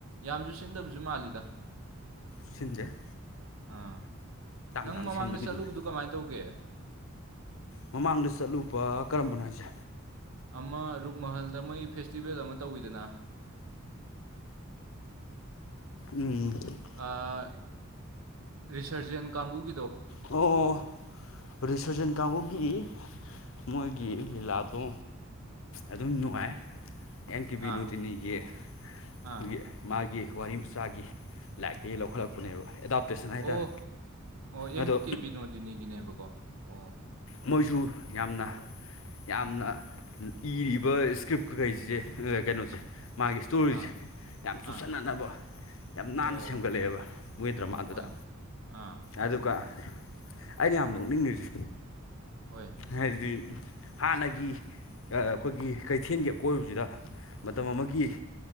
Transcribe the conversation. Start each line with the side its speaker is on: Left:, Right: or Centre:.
Right: ꯌꯥꯝꯁꯨ ꯁꯤꯟꯗꯕꯁꯨ ꯃꯥꯜꯂꯤꯗ
Left: ꯁꯤꯟꯗ‌ꯦ
Right: ꯑꯥ ꯅꯪ
Left: ꯇꯥꯡ
Right: ꯃꯃꯥꯡꯗ
Left: ꯁꯤꯟꯕꯅꯤꯅ
Right: ꯆꯠꯂꯨꯕꯗꯨ ꯀꯃꯥꯏꯅ ꯇꯧꯒꯦ
Left: ꯃꯃꯥꯡꯗ ꯆꯠꯂꯨꯕ ꯀꯔꯝꯕꯅꯣ ꯍꯥꯏꯁꯦ
Right: ꯑꯃ ꯔꯨꯛ ꯃꯍꯜꯗ ꯃꯣꯏ ꯐꯦꯁꯇꯤꯚꯦꯜ ꯑꯃ ꯇꯧꯋꯤꯗꯅ
Left: ꯎꯝ
Right: ꯑꯥ ꯔꯤꯁꯔꯖꯦꯟ ꯀꯥꯡꯕꯨꯨꯒꯤꯗꯣ
Left: ꯑꯣ ꯔꯤꯁꯔꯖꯦꯟ ꯀꯥꯡꯕꯨꯨꯒꯤ ꯃꯣꯏꯒꯤ ꯂꯤꯂꯥꯗꯣ ꯑꯗꯨꯝ ꯅꯨꯡꯉꯥꯏ ꯑꯦꯟꯀꯤꯕꯤ
Right: ꯑꯥ
Left: ꯅꯣꯗꯤꯅꯤꯒꯤ ꯑꯩꯈꯣꯏꯒꯤ
Right: ꯑꯥ
Left: ꯃꯥꯒꯤ ꯋꯥꯔꯤ ꯃꯆꯥꯒꯤ ꯂꯥꯏꯔꯤꯛꯇꯒꯤ ꯂꯧꯈꯠꯂꯛꯄꯅꯦꯕ ꯑꯦꯗꯥꯞꯇꯦꯁꯟ ꯍꯥꯏꯇꯥꯔꯦ
Right: ꯑꯣ ꯑꯣ ꯑꯦꯝ
Left: ꯑꯗꯣ
Right: ꯀꯦ ꯕꯤꯅꯣꯗꯤꯅꯤꯒꯤꯅꯦꯕꯀꯣ ꯑꯣ
Left: ꯃꯣꯏꯁꯨ ꯌꯥꯝꯅ ꯌꯥꯝꯅ ꯏꯔꯤꯕ ꯏꯁꯀ꯭ꯔꯤꯞꯈꯩꯁꯦ ꯀꯩꯅꯣꯁꯦ ꯃꯥꯒꯤ ꯇꯨꯔꯤꯁꯦ
Right: ꯑꯥ
Left: ꯌꯥꯝ ꯆꯨꯁꯟꯅꯅꯕ
Right: ꯑꯥ
Left: ꯌꯥꯝ ꯅꯥꯟꯅ
Right: ꯑꯣ
Left: ꯁꯦꯝꯒꯠꯂꯛꯑꯦꯕ ꯃꯣꯏ ꯗ꯭ꯔꯃꯥꯗꯨꯗ
Right: ꯍꯣꯏꯅꯦ ꯑꯥ
Left: ꯑꯗꯨꯒ ꯑꯩꯅ ꯌꯥꯝ ꯅꯣꯛꯅꯤꯡꯉꯁꯤ
Right: ꯍꯣꯏ
Left: ꯍꯥꯏꯗꯤ ꯍꯥꯟꯅꯒꯤ ꯑꯩꯈꯣꯏꯒꯤ ꯀꯩꯊꯦꯜꯒꯤ ꯑꯀꯣꯏꯕꯁꯤꯗ ꯃꯇꯝ ꯑꯃꯒꯤ